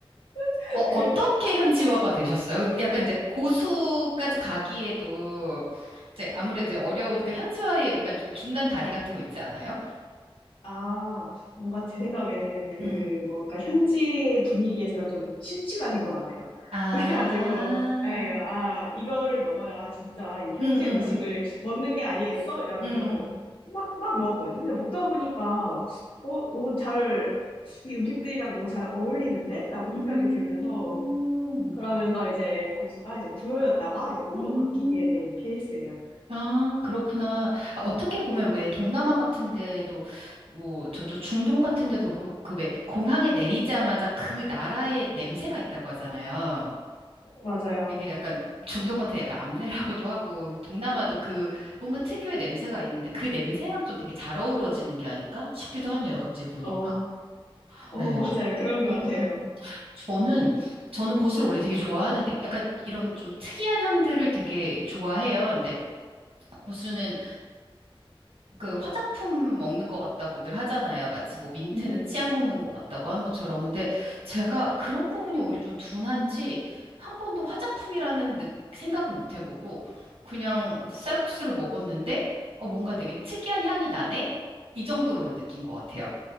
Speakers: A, on the left; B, on the right.
A: <laughs>
B: 어,
A: 그래서
B: 어떻게 현지화가
A: 어,
B: 되셨어요? 근데 약간 이제 고수까지 가기에도 이제 아무래도
A: 네.
B: 어려우니까 현지화에 약간 중간 다리 같은 거 있지 않아요?
A: 아, 뭔가 제 생각에는 그,
B: 음,
A: 뭔가 현지 분위기에 제가 좀 심취가 된 것 같아요.
B: 아,
A: <laughs> 그래가지고, 예, 아, 이거를 먹어야 진짜 이 현지
B: 음, 음,
A: 음식을 먹는 게 아니겠어? 이러면서
B: 음.
A: 막, 막 먹었거든요. 그냥 먹다 보니까, 어, 너무 잘, 이 음식들이랑 너무 잘 어울리는데? 라고
B: 음,
A: 생각이 들면서, 그러면서 이제 고수가 이제 불호였다가 이제 호로
B: 음.
A: 바뀌게 된 케이스예요.
B: 아, 그렇구나. 아, 어떻게 보면 왜 동남아 같은 데도, 뭐, 저저 중동 같은 데도 그렇고, 그 왜 공항에 내리자마자 그 나라의 냄새가 있다고 하잖아요.
A: 맞아요.
B: 이게 약간 중동 같은 약간 암내라고도 하고, 동남아도 그 뭔가 특유의 냄새가 있는데 그 냄새랑 좀 되게 잘 어우러지는 게 아닐까 싶기도 하네요. 갑자기 보니까.
A: 어, 어,
B: 예.
A: <laughs> 맞아요. 그런 것
B: 음,
A: 같아요.
B: 저는, 저는 고수를 원래 되게 좋아하는데 약간 이런 좀 특이한 향들을 되게 좋아해요. 근데 고수는 그 화장품 먹는 것 같다고들 하잖아요. 마치 뭐 민트는
A: <laughs>
B: 치약 먹는 것 같다고 하는 것처럼. 근데 제가 그런 부분이 오히려 좀 둔한지 한 번도 화장품이라는 느- 생각은 못 해보고 그냥 쌀국수를 먹었는데 어, 뭔가 되게 특이한 향이 나네? 이 정도로만 느낀 것 같아요.